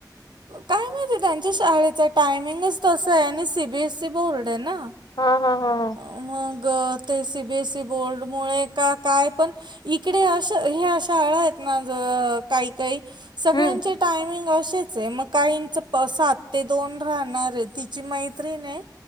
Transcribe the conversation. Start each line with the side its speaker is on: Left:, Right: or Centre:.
Right: काय माहिती त्यांच्या शाळेच टायमिंगच तस आहे आणि C. B. S. E. Board ना
Left: हा हा हा ह
Right: मग बोर्ड ते C. B. S. E. Board मुळे काय पण इकडे ह्या शाळा काही काही सगळ्यांचे
Left: हम्म
Right: टायमिंग असेच. मग काहींचे सात ते दोन राहणार आहे तिची मैत्रिणी-